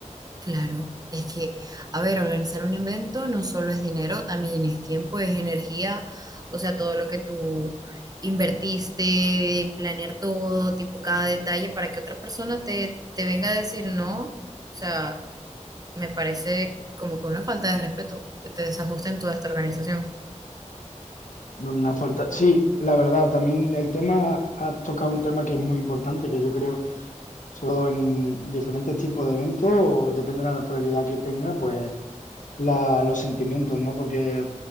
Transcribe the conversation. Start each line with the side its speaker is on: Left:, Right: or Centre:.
Right: Claro, es que, a ver, organizar un evento no solo es dinero, también es tiempo, es energía, o sea, todo lo que tú invertiste, planear todo, tipo cada detalle, para que otra persona te, te venga a decir no, o sea, me parece como que una falta de respeto que te desajusta en toda esta organización.
Left: Una falta. Sí, la verdad, también el tema, ha tocado un tema que es muy importante, que yo creo sobre todo en diferentes tipos de eventos, o depende de la naturalidad que tenga, pues la- los sentimientos, ¿no? Porque